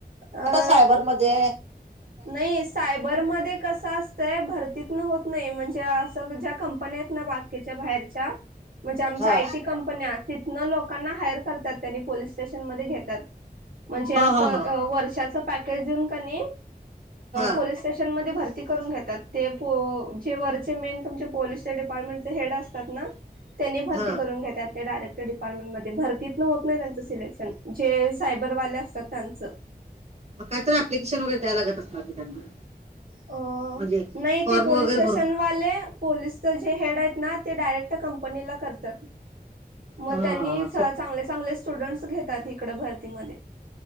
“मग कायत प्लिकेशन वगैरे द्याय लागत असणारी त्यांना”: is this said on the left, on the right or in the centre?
Right